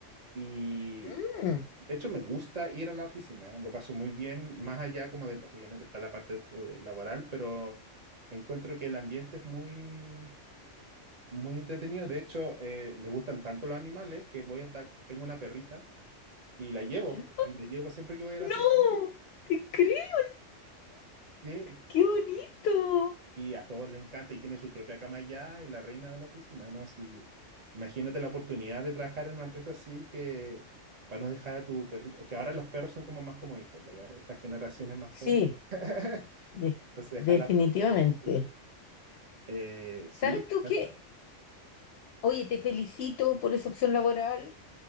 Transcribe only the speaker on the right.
y
bueno, de hecho me gusta ir a la oficina, lo paso muy bien, más allá como de, obviamente está la parte eh, laboral, pero encuentro que el ambiente es muy, muy entretenido. De hecho, eh, les gustan tanto los animales que voy hasta, tengo una perrita y la llevo,
y la llevo siempre que voy a la
oficina.
Sí,
Y a todos les encanta y tiene su propia cama ya y la reina de la oficina, ¿no? Así, imagínate la oportunidad de trabajar en una empresa así que para no dejar a tu perrito. Es que ahora los perros son como más como hijos, ¿verdad? Estas generaciones más
jóvenes. <laughs> Entonces,
dejarla
todo, todo el día sola. Eh, sí,
me
encanta.